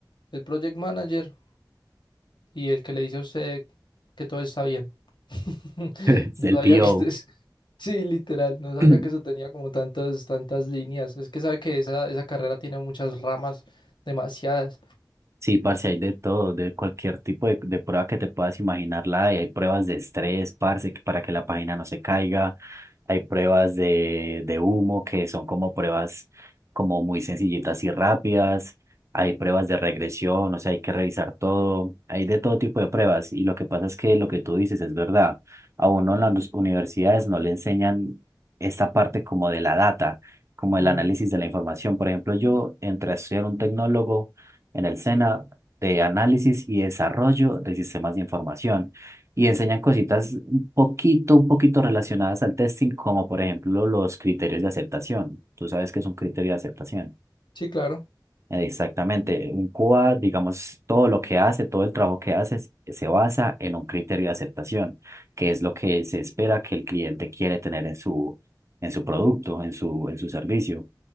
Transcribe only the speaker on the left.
el project manager y el que le dice a usted que todo está bien. <laughs>
No
sabía
que... es- <laughs> Sí, literal, no sabía
que eso tenía como tantas, tantas líneas. Es que sabe que esa, esa carrera tiene muchas ramas, demasiadas.
Mm,
Sí, claro.